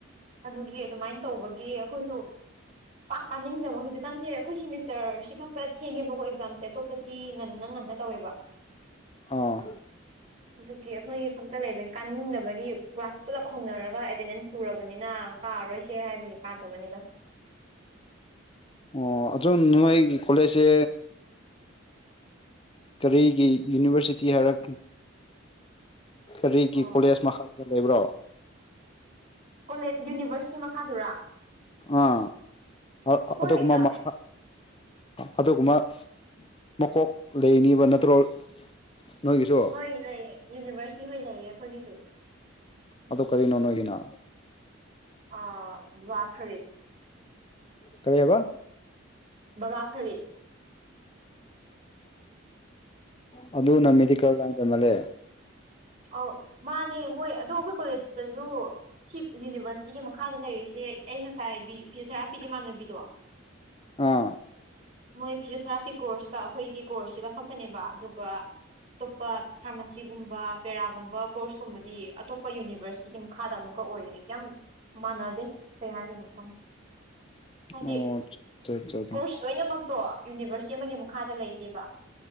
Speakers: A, on the right (about 30°); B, on the left (about 25°).
A: ꯑꯗꯨꯒꯤ ꯑꯗꯨꯃꯥꯏꯅ ꯇꯧꯕꯒꯤ ꯑꯩꯈꯣꯏꯁꯨ ꯄꯥꯥꯛ ꯀꯅꯤꯡꯗꯕ ꯍꯧꯖꯤ꯫ ꯑꯩꯈꯣꯏ ꯁꯦꯃꯤꯁꯇꯔꯁꯤ ꯈꯛꯇ ꯊꯦꯡꯉꯦꯕꯀꯣ ꯑꯦꯛꯖꯥꯝꯁꯦ ꯑꯇꯣꯞꯄꯗꯤ ꯉꯟꯅ ꯉꯟꯅ ꯇꯧꯋꯦꯕ꯫
B: ꯑꯥ
A: ꯑꯗꯨꯒꯤ ꯑꯩꯈꯣꯏ꯫ ꯈꯛꯇ ꯂꯩꯕꯒꯤ ꯀꯥꯅꯤꯡꯗꯕꯒꯤ ꯀ꯭ꯂꯥꯁ ꯄꯨꯜꯂꯞ ꯍꯧꯅꯔꯒ ꯑꯦꯇꯦꯟꯗꯦꯟꯁ ꯁꯨꯔꯕꯅꯤꯅ꯫ ꯀꯥꯔꯣꯏꯁꯦ ꯍꯥꯏꯕꯒꯤ ꯀꯥꯗꯕꯅꯤꯗ꯫
B: ꯑꯣ ꯑꯗꯨꯝ ꯅꯣꯏꯒꯤ ꯀꯣꯂꯦꯖꯁꯦ꯫ ꯀꯔꯤꯒꯤ ꯌꯨꯅꯤꯚꯔꯁꯤꯇꯤ ꯍꯥꯏꯔꯛ ꯀꯔꯤꯒꯤ
A: ꯑꯣ
B: ꯀꯣꯂꯦꯖ ꯃꯈꯥꯗ ꯂꯩꯕ꯭ꯔꯣ꯫
A: ꯀꯣꯂꯦꯗ ꯌꯨꯅꯤꯚꯔꯁꯤꯇꯤ ꯃꯈꯥꯗꯨꯔꯥ꯫
B: ꯑꯥ
A: ꯑꯩꯈꯣꯏ
B: ꯑꯗꯨ
A: ꯑ
B: ꯃꯈꯥ꯫ ꯑꯗꯨꯒꯨꯝꯕ ꯃꯀꯣꯛ ꯂꯩꯅꯤꯕ ꯅꯠꯇ꯭ꯔꯣ ꯅꯣꯏꯒꯤꯁꯨ꯫
A: ꯍꯣꯏ ꯂꯩꯌꯦ ꯌꯨꯅꯤꯚꯔꯁꯤꯇꯤ ꯍꯣꯏ ꯂꯩꯌꯦ ꯑꯩꯈꯣꯏꯒꯤꯁꯨ꯫
B: ꯑꯗꯨ ꯀꯔꯤꯅꯣ ꯅꯣꯏꯒꯤꯅ꯫
A: ꯑ ꯋꯥꯊꯔꯤ꯫
B: ꯀꯔꯤ ꯍꯥꯏꯕ꯫
A: ꯕꯥꯒ ꯈꯔꯤꯠ꯫
B: ꯑꯣ ꯑꯗꯨꯅ ꯃꯦꯗꯤꯀꯦꯜ ꯂꯥꯏꯟ ꯇꯝꯃꯜꯂꯦ꯫
A: ꯑꯧ ꯃꯥꯅꯦ ꯃꯣꯏ ꯑꯗꯣ ꯑꯩꯈꯣꯏ ꯀꯣꯂꯦꯖꯇꯁꯨ ꯁꯤ ꯌꯨꯅꯤꯚꯔꯁꯤꯇꯤꯒꯤ ꯃꯈꯥꯗ ꯂꯩꯔꯤꯁꯦ ꯑꯩ ꯉꯁꯥꯏ ꯐꯤꯖꯑꯣꯊꯦꯔꯥꯄꯤꯤꯒꯤ ꯃꯥꯟꯅꯕꯤꯗꯣ
B: ꯑꯥ
A: ꯃꯣꯏ ꯐꯤꯖꯤꯑꯣꯊꯦꯔꯥꯄꯤꯤ ꯀ ꯀꯣꯔꯁ ꯑꯩꯈꯣꯏꯒꯤ ꯀꯣꯔꯁꯁꯤꯒ ꯈꯛꯇꯅꯦꯕ ꯑꯗꯨꯒ ꯑꯇꯣꯞꯄ ꯐꯥꯔꯃꯥꯁꯤꯒꯨꯝꯕ ꯄꯦꯔꯥꯒꯨꯝꯕ ꯀꯣꯔꯁꯀꯨꯝꯕꯗꯤ ꯑꯇꯣꯞꯄ ꯌꯨꯅꯤꯚꯔꯁꯤꯇꯤꯒꯤ ꯃꯈꯥꯗ ꯑꯃꯨꯛꯀ ꯑꯣꯏꯌꯦ ꯌꯥꯝ ꯃꯥꯟꯅꯗꯦ ꯀꯩ ꯍꯥꯏꯗꯣꯏꯅꯣ ꯈꯪꯗꯦ ꯍꯥꯏꯗꯤ
B: ꯑꯣ ꯑꯆꯥ
A: ꯀꯣꯔꯁ ꯂꯣꯏꯅꯃꯛꯇꯣ ꯌꯨꯅꯤꯚꯔꯁꯤꯇꯤ ꯑꯃꯒꯤ ꯃꯈꯥꯗ ꯂꯩꯇꯦꯕ꯫